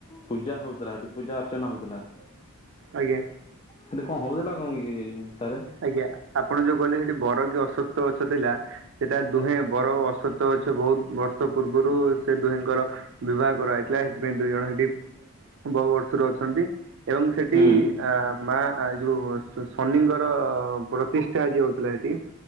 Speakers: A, on the left; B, on the right.
A: ପୂଜା ହଉଥିଲା ସେଠି ପୂଜା ଅର୍ଚ୍ଚନା ହଉଥିଲା। ଆ।
B: ଆଜ୍ଞା।
A: ସେଠି କଣ ହଉଥିଲା କଣ କି। ସାରେ?
B: ଆଜ୍ଞା ଆପଣ ଯୋଉ କହିଲେ ସେଠି ବର କି ଅସସ୍ତ ଗଛ ଥିଲା ସେଟା ଦୁହେଁ ବର ଅସତ ଓସ୍ତ ଗଛ ବହୁତ ବର୍ଷ ପୂର୍ବରୁ ସେ ଦୁହିଁଙ୍କର ବିବାହ କରାହୋଇଛି। ସେଥିପାଇଁ ଦୁଇ ଜଣ ସେଠି ବଉ ବର୍ଷରୁ ଅଛନ୍ତି ଏବଂ ସେଠି
A: ହୁଁ
B: ଆଁ ମା। ଆ ଯୋଉ ଶନିଙ୍କର ପ୍ରତିଷ୍ଠା ଆଜି ହଉଥିଲା ସେଇଠି।